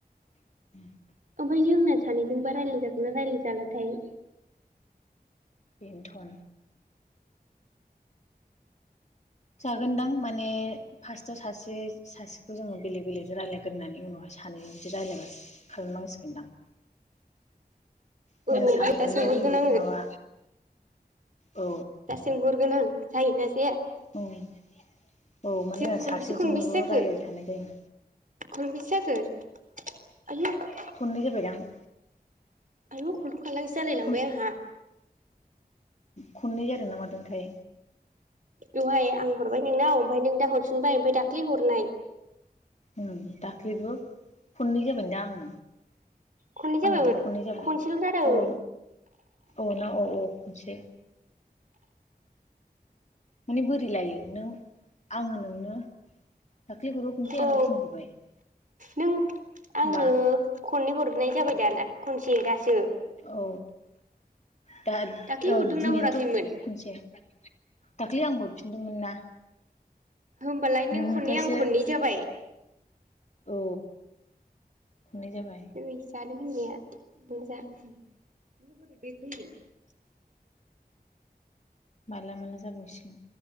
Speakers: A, on the left (about 45°); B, on the right (about 55°).
A: <unintelligible>
B: ओमफाय जोंना सानैजोंबो रायलाय जागोना रायलायजालाथाय
A: बेनोथन जागोनदां माने फार्स्टआव सासे सासेखौ जोङो बेलेग बेलेगजों रायज्लायग्रोन होननानै उनावाय सानैजों बिदि रायज्लायबा खालामनांसिगोनदां जोंना
B: औ
A: सानैजोंल'
B: दा सोंहरगोन
A: रिगुल
B: आङो
A: माबा औ
B: दा सों गुरगोन <unintelligible>
A: औ माने
B: जों
A: जोंहा सासेजोंल'
B: खनबेसे खनबेसे
A: रायज्लायबाय
B: जाखो
A: थानाय जायो
B: खनबेसे जाखो <unintelligible>
A: खननै जाबायदां
B: आयो <unintelligible> <unintelligible> जालायलांबाय
A: खन
B: आंहा
A: खननै जादोंना मादोंथाय
B: दहाय आं हरबाय नोंनाव ओमफाय नों दा हरफिनबाय ओमफाय दाख्लै हरनाय
A: ओं दाख्लैबो खननै जा दा आङो
B: खननै जाबायमोन
A: आंनाथ' खननै जाबाय
B: खनसेल' जादों
A: औ औ ना औ औ खनसे माने बोरै लायो नों आङो नोंनो दाख्लि हराव खनसे
B: औ
A: आमफाय थिनि हरबाय
B: नों आंनो
A: बा
B: खननै हरनाय जाबाय दाना खनसे दासो
A: औ दा
B: दाख्लि
A: औ
B: हरदोंना
A: दिनैनोथ'
B: हराखैमोन
A: खनसे दाख्लै आं हरफिनदोंमोन ना
B: होमबालाय नों
A: नोंनिफ्रायसो
B: खननै आं खननै जाबाय
A: औ खननै जाबाय
B: ओइ <unintelligible>
A: माला माला जाबावसिगोन